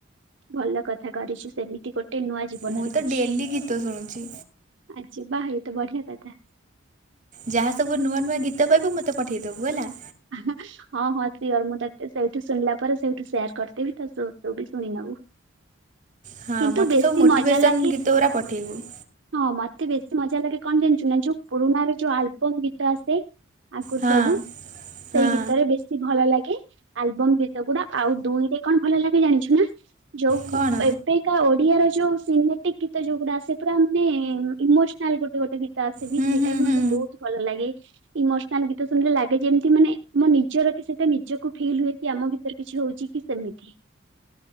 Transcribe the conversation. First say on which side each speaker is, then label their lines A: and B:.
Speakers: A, on the right; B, on the right.
A: ଭଲ କଥା କରିଛୁ ସେମିତି ଗୋଟେ ନୂଆ ଜୀବନରେ
B: ମୁଁ ତ
A: କିଛି।
B: ଡେଲି ଗୀତ ଶୁଣୁଛି।
A: ଆଜି ବା ଏଇ ତ ବଢିଆ କଥା।
B: ଯାହା ସବୁ ନୂଆ ନୂଆ ଗୀତ ପାଇବୁ ମତେ ପଠେଇଦବୁ ହେଲା।
A: ଆ ହାଁ। ହଁ ହଁ ସିଓର ମୁଁ ତତେ ସେଇଠି ଶୁଣିଲା ପରେ ସେଇଠୁ ସେୟାର କରିଦେବି ତୁବି ଶୁଣି ନବୁ।
B: ହଁ
A: କିନ୍ତୁ
B: ମତେ
A: ବେଶୀ
B: ସବୁ ମୋଟିଭେସନ
A: ମଜା ଲାଗେ
B: ଗୀତ ଗୁରା ପଠେଇବୁ।
A: ହଁ ମତେ ବେଶୀ ମଜା ଲାଗେ କଣ ଜଣିଛୁ ନା ଯୋଉ ପୁରୁଣାରେ ଯୋଉ ଆଲବମ ଗୀତ ଆସେ। ଆଗର
B: ହଁ
A: ସବୁ ସେଇ
B: ହଁ
A: ଗୀତରେ ବେଶୀ ଭଲ ଲାଗେ। ଆଲବମ୍ ଗୀତ ଗୁଡା ଆଉ ଦୁଇରେ କଣ ଭଲ ଲାଗେ ଜାଣିଛୁ ନା ଯୋଉ
B: କଣ
A: ଏବେ। କା ଓଡିଆର ଯୋଉ ସିନେଟିକ ଗୀତ ଯୋଉ ଗୁଡା ଆସେ ପୁରା ମାନେ ଇମୋସନାଲ ଗୋଟେ ଗୋଟେ ଗୀତ। ଗୀତ ଆସେ ବି
B: ହୁଁ
A: ସେଇଟା
B: ହୁଁ
A: ବି ମତେ
B: ହୁଁ
A: ବହୁତ ଭଲ ଲାଗେ ଇମୋସନାଲ ଗୀତ ଶୁଣିଲେ ଲାଗେ ଯେମତି। କି ମାନେ ମୋ ନିଜର କି ସେଟା ନିଜକୁ ଫିଲ୍ ହୁଏ କି ଆମ ଭିତରେ କିଛି ହଉଛି କି ସେମିତି।